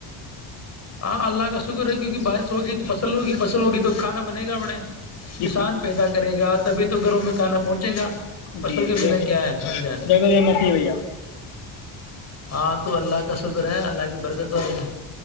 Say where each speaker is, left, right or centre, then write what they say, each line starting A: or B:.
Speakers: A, on the left; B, on the left.
A: ہاں اللہ کا س شکر ہے کیکہ بارش ہوگی تو فل ہوگی فصل ہوگی تو کھانا بنے گا بڑے
B: جی
A: کسان پیدا کرے گا تبھی تو گھروں میں کانا پہنچے گا فصل
B: جی
A: کے
B: جی
A: بنا کیا ہے بھائی جان
B: جے بھی نعمت ہی ہے بھیا
A: ہاں تو اللہ کا شکر ہے اللہ کی برکت ہوگی